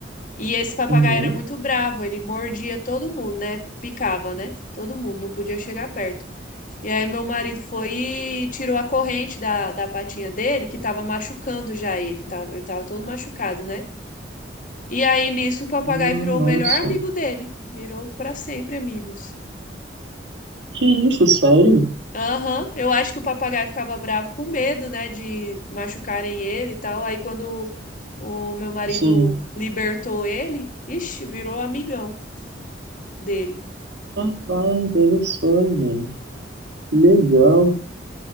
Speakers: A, on the left; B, on the right.
A: E esse papagaio
B: Uhum.
A: era muito bravo, ele mordia todo mundo, né? Picava, né? Todo mundo, não podia chegar perto. E aí meu marido foi e tirou a corrente da, da patinha dele, que tava machucando já ele, tava, ele tava todo machucado, né? E aí nisso o papagaio
B: Ah,
A: virou
B: nossa.
A: o melhor amigo dele. Virou pra sempre amigos.
B: Que isso, sério?
A: Aham, eu acho que o papagaio ficava bravo com medo, né, de machucarem ele e tal. Aí quando o meu marido
B: Sim.
A: libertou ele, ixi, virou amigão dele.
B: Rapaz, olha só, gente. Legal.